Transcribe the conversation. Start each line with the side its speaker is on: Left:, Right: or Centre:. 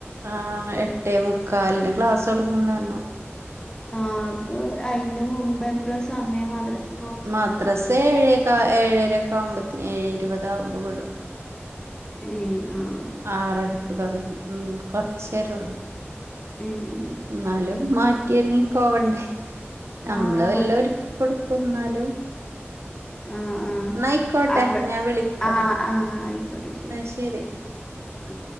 Right: ആ എട്ടേ മുക്കാലിന് ക്ലാസ് ടങ്ങുന്നറിഞ്ഞു.
Left: ആ അപ്പൊ അയിന്റെ മുമ്പ് എപ്പഴ സമയം മദറസ്
Right: മദ്രാസ ഏഴകഏഴരക്കെ ആകുമ്പോത്തിന് ഏഴേ ഇരുമ്പതാ വുമ്പത്തിന വീടും.
Left: ഏ ആഹ!
Right: ആറരക്ക് തുൊടങ്ങി ഉം കൊറചേരള്ളു.
Left: ഏ ഏ്
Right: ന്നാലും മാറ്റിരുങ്ങി പോവണ്ടേ? നമ്മള്
Left: ആഹ്
Right: വല്ല
Left: ഭയ
Right: ഒരു കൊടുക്കുന്നാലും.
Left: ആഹ് ആഹ്
Right: ന്നയിക്കോട്ടെ
Left: അവ
Right: ഞാൻ വിളിക്ക
Left: ആഹ്
Right: ന്നാ
Left: ആഹ് ആയിക്കോട്ടെ
Right: ശരി.
Left: ആഹ്